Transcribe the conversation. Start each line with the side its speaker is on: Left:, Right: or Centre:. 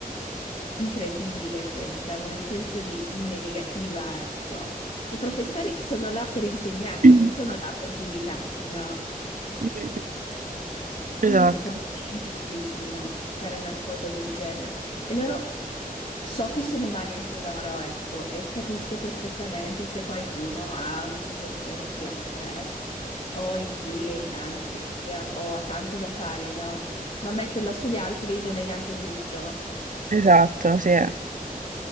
Left: incredibile questa, ma nel senso di negativa, ecco. I professori sono là per insegnarti,
Right: Mm.
Left: non sono là per giudicarti, no?
Right: Mm.
Left: E
Right: esatto.
Left: quindi secondo me è ingiustissimo fare una cosa del genere. E loro, so che sono umani anche loro, ecco, e capisco perfettamente se qualcuno ha una situazione in cui ha stress o in cui è in ansia o ha tanto da fare, no? Ma metterlo sugli altri non è neanche giusto.
Right: Esatto, sì. Ah,